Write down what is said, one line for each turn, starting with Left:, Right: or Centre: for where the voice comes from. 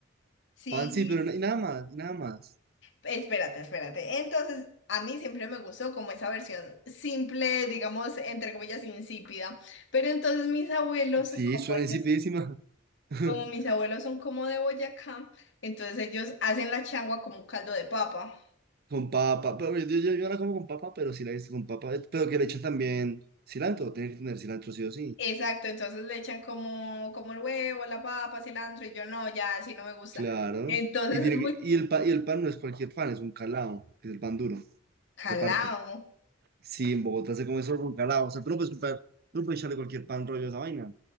Left: Sí,
Right: Pan sí, pero na- y nada más, y nada más.
Left: Espérate, espérate. Entonces, a mí siempre me gustó como esa versión simple, digamos, entre comillas, insípida. Pero entonces mis abuelos,
Right: Sí,
Left: como
Right: suena
Left: ellos,
Right: insipidísima. <laughs>
Left: como mis abuelos son como de Boyacá, entonces ellos hacen la changua como un caldo de papa.
Right: Con papa, pero yo, yo, yo ahora como con papa, pero sí la he con papa, eh, pero que le echan también cilantro, tiene que tener cilantro sí o sí,
Left: Exacto, entonces le echan como, como el huevo, la papa, cilantro, y yo no, ya así no me gusta.
Right: claro. ¿no?
Left: Entonces
Right: Y, tiene
Left: es muy
Right: que- y, el, pa- y el pan no es cualquier pan, es un calao, que es el pan duro,
Left: calao.
Right: que se parte. Sí, en Bogotá se come solo con calao, o sea, tú no puedes, comprar- tú no puedes echarle cualquier pan rollo a esa vaina.